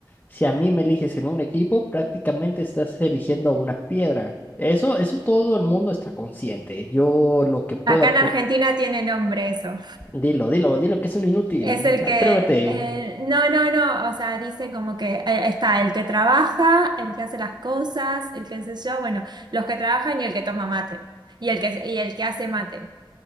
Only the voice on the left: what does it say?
Si a mí me eliges en un equipo, prácticamente estás eligiendo a una piedra. Eso, eso todo el mundo está consciente. Yo lo que puedo
aportar
Dilo, dilo, dilo que es un inútil.
Atrévete.